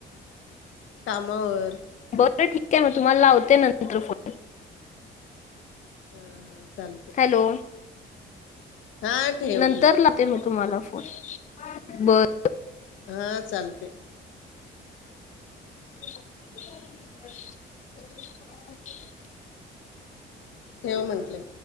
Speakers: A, on the left (about 85°); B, on the left (about 40°).
A: कामावर
B: बर ठीक आहे, मग तुम्हाला लावते नंतर फोन.
A: हा हा चाल
B: हॅलो,
A: हा ठेव
B: नंतर
A: ठेव
B: लावते मी तुम्हाला फो <unintelligible> बर.
A: हां चालतंय.
B: <inaudible>
A: ठेव म्हंटले.